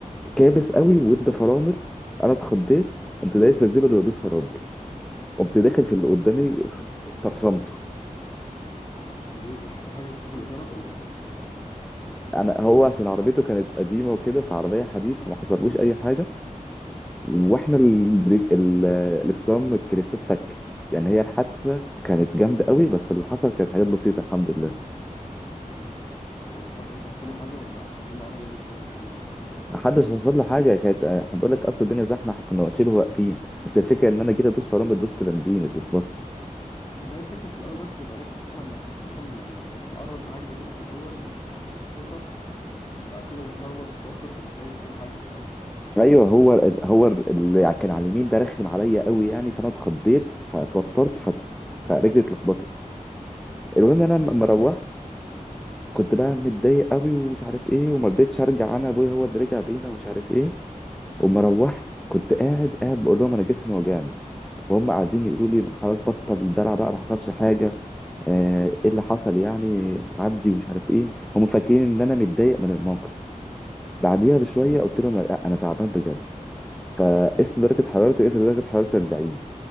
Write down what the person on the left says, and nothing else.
ده ايه ده حصل حاجه في اللي قدامك ولا ايه
طب انت حد اصلا حصل له حاجه ولا الحمد لله عربيه بس هي اللي حصل لها كده
ما هي الفكرة في الأول بس تبقى رخمة إنك تت- أصلا يعني إنك تتعرض لحاجة زي كده في الأول وما عندكش خبرة فأكيد هتتلخبط وتتوتر وتقوم دايس أي حاجة فاهم
بس
الحاجة